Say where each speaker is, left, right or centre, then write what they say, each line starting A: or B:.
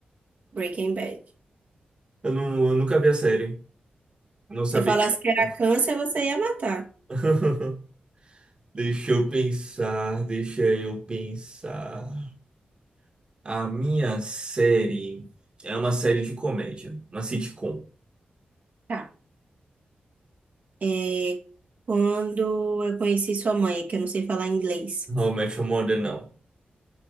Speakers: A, on the right; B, on the right.
A: Breaking Bad.
B: Eu, não, eu nunca vi a série. Não sabia
A: Se eu falasse
B: que
A: que era
B: ele...
A: câncer, você ia matar.
B: <laughs> Deixa eu pensar, deixa eu pensar. A minha série é uma série de comédia, uma sitcom.
A: tá É, quando eu conheci sua mãe, é que eu não sei falar inglês.
B: How I Met Your Mother, não.